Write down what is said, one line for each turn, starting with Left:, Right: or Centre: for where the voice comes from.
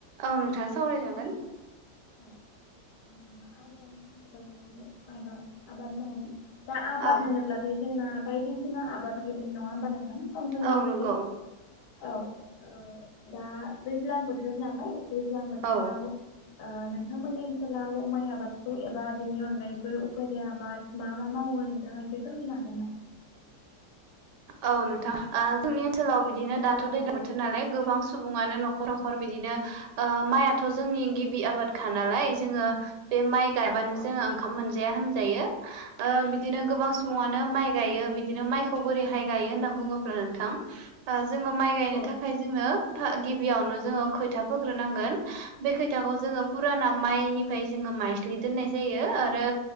Right: औ नोंथाङा सावराय जागोन
Left: औ ओ आयदायानो जाहैबाय आबाद आबाद मावनाय दा आबाद
Right: औ
Left: होनोब्ला बे जोंना बायदिसिना आबाद गोलैयो नङा होमब नोंथां समजों
Right: औ
Left: लोगोसे
Right: नंगौ
Left: औ। औ दा दैज्लां बोथोर नालाय दैज्लां बोथोराव
Right: औ
Left: ओ नोंथांमोननि ओनसोलाव माइ आबादखौ एबा बिनि अनगायैबो उफारि आबाद मा मा मावो नोंथाङा एसे फोरमायनो हागोन नामा?
Right: औ नोंथां ओ जोंनि ओनसोलाव बिदिनो दाथ'
Left: औ
Right: दैजलां बोथोर नालाय गोबां सुबुङानो न'खर न'खर न'खर बिदिनो
Left: औ
Right: ओ माइआथ' जोंनि गिबि आबादखा नालाय जोङो बे माइ गायबानो
Left: औ
Right: जोङो ओंखाम मोनजाया होनजायो ओ बिदिनो गोबां सुबुङानो माइ गायो बिदिनो माइखौ बोरैहाय गायो होनना बुङोब्ला नोंथां ओ जोङो माइ गायनो
Left: औ
Right: थाखाय जोंङो फा-गिबियावनो जोङो खोथा फोग्रोनांगोन। बे खैथाखौ जोङो फुराना माइनिफ्राय जोङो माइज्लि दोननाय जायो आरो